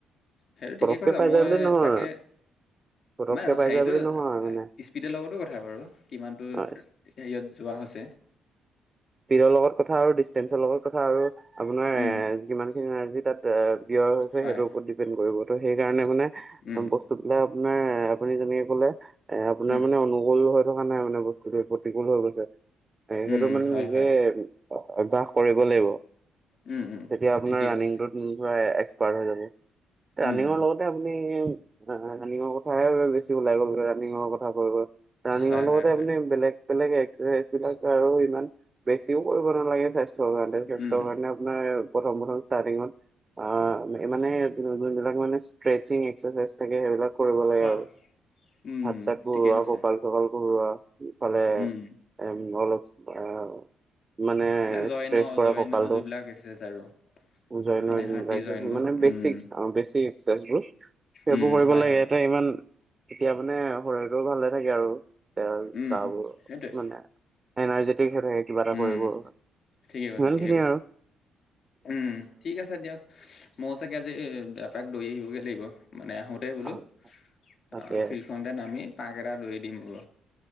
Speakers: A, on the left; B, on the right.
A: সেইটো ঠিকেই
B: পতককে
A: কৈছা
B: পাই
A: মই
B: যায় বোলি নহয়।
A: তাকে
B: পটককে
A: মানে
B: পাই
A: হেৰিটো
B: যায় বুলি নহয় মানে
A: স্পিডৰ লগতো কথা বাৰু কিমানতো হেৰিয়ত
B: অ
A: যোৱা হৈছে
B: স্পীডৰ লগত কথা আৰু ডিচষ্টেন্ঞ্চৰ লগত কথা আৰু আপোনাৰ
A: উম,
B: এ কিমান খিনি এনাৰ্জি তাত ব্যয় হৈছে,
A: হয়।
B: সেইটোৰ ওপৰত ডিপেণ্ড কৰিব। ত' সেইকাৰণে মানে
A: উম,
B: বস্তুবিলাক আপোনাৰ আপুনি যেনেকে ক'লে এ আপোনাৰ
A: উম,
B: মানে অনুগল হয় থকা নাই মানে বস্তুটো প্ৰতিকূল হৈ গৈছে, এ
A: উম,
B: সেইটো মানে
A: হয়,
B: নিজে
A: হয়।
B: অভ্যাস কৰিব লাগিব,
A: উম, উম,
B: তেতিয়া আপোনাৰ
A: ঠিকেই
B: ৰানিংটোত
A: কৈছে।
B: <unintelligible> <unintelligible> হৈ যাব ৰানিঙৰ
A: উম,
B: লগতেই আপুনি ৰানিঙৰ কথাহে বেছি ওলাই গ'ল ৰানিঙৰ কথা কৈ কৈ, ৰানিঙৰ
A: হয়,
B: লগতে
A: হয়, হয়।
B: আপুনি বেলেগ বেলেগ এক্সাৰচাইজ বিলাক আৰু ইমান বেছিও কৰিব নালাগে স্বাস্থ্য <unintelligible>
A: উম,
B: আপোনাৰ প্ৰথম প্ৰথম ষ্টাৰ্টিঙত আ, মানে যোন বিলাক মানে স্ৰেছিং এক্সাৰচাইজ লাগে সেইবিলাক কৰিব লাগে
A: হয়।
B: আৰু
A: উম,
B: হাত চাত বৰুা
A: ঠিকেই কৈছে।
B: কক চকাল কৰোৱা ফালে
A: উম,
B: এ অলপ আ মানে
A: জইন,
B: ষ্ট্ৰেছ কৰা
A: জইন
B: ককালটো
A: যোনবিলাক এক্সাৰচাইজ আৰু
B: জয়নৰ
A: মানে
B: <unintelligible>
A: হাত দি জইন বোৰ
B: মানে বেছি
A: উম
B: অ, বেছি চইদবোৰ সেইবোৰ
A: উম
B: কৰিব
A: হয়
B: লাগে
A: হয়
B: এটা ইমান তেতিয়া মানে শৰীৰটো ভালে থাকে আৰু। তেওৰ
A: উম
B: গবোৰ
A: সেইটোৱে
B: মানে এনাৰ্জেটিক হৈ থাকে। কিবা এটা
A: উম
B: কৰিব আৰু
A: ঠিকে কৈছে
B: ইমানখিনিয়ে
A: ঠিকে কৈছে
B: আৰু।
A: উম, ঠিক আছে দিয়ক মই চাগে আজি এপাক দৈ আহিবগে লাগিব মানে আহোতে বোলো
B: অ তাকে
A: অ, ফিল্ড খনতে নামি। পাক এটা লৈ দিম ৰব।